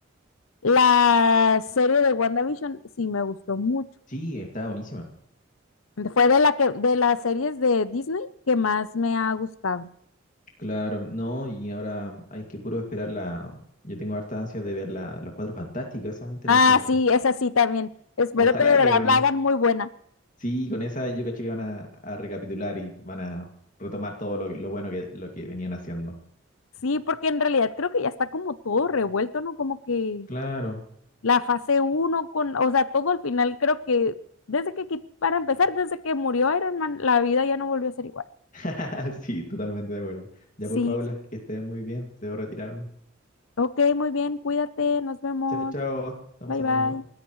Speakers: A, on the left; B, on the left.
A: la serie de WandaVision sí me gustó mucho.
B: Sí, está buenísima.
A: Fue de la que, de las series de Disney que más me ha gustado.
B: Claro, no, y ahora hay que puro esperar la... Yo tengo harta ansia de ver la, los cuatro fantásticos, esa me interesa
A: Ah,
B: harto.
A: sí, esa sí también. Espero
B: Ojalá
A: que de verdad
B: que, re-
A: la hagan muy buena.
B: Sí, con esa yo caché que van a, a recapitular y van a retomar todo lo, lo bueno que, lo que venían haciendo.
A: Sí, porque en realidad creo que ya está como todo revuelto, ¿no? Como que
B: Claro.
A: la fase uno con, o sea, todo al final creo que desde que, quit- para empezar, desde que murió Iron Man, la vida ya no volvió a ser igual.
B: <laughs> Sí, totalmente de acuerdo. Ya
A: Sí,
B: pues, Paula,
A: sí.
B: que estés muy bien. Debo retirarme.
A: ok, muy bien, cuídate, nos vemos,
B: Chao, chao. Estamos
A: bye
B: hablando.
A: bye.